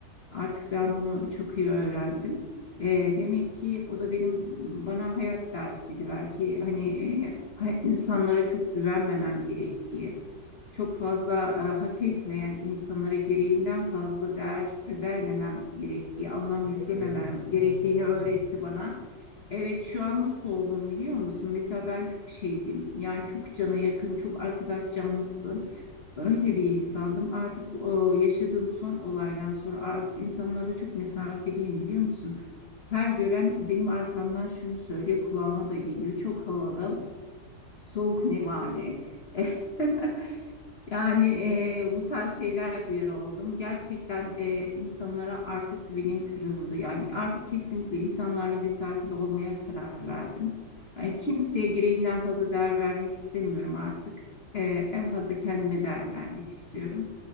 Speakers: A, on the left; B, on the right.
A: Artık ben bunu çok iyi öğrendim. E, demek ki o da benim bana hayat dersiydi belki. Hani e, insanlara çok güvenmemem gerektiği çok
B: <laughs>
A: fazla
B: Evet.
A: e, hak etmeyen insanlara gereğinden fazla değer vermemem gerektiği, anlam
B: Bu
A: yüklememem
B: da gereğinden
A: gerektiğini
B: fazla vermeyeceksin.
A: öğretti bana. Evet şu an nasıl oldum biliyor musun? Mesela ben çok şeydim. Yani çok cana yakın, çok arkadaş canlısı. Öyle bir insandım. Artık bu e, yaşadığım son olaydan sonra artık insanlarla çok mesafeliyim biliyor musun? Her gören benim arkamdan şunu söylüyor, kulağıma da geliyor. Çok havalı, soğuk nevale. <laughs>
B: Allah Allah.
A: Yani e, bu tarz şeyler duyar oldum. Gerçekten e, insanlara artık güvenim kırıldı. Yani artık kesinlikle insanlarla mesafeli olmaya karar verdim. Yani kimseye gereğinden fazla değer vermek istemiyorum artık. E, en fazla kendime değer vermek istiyorum.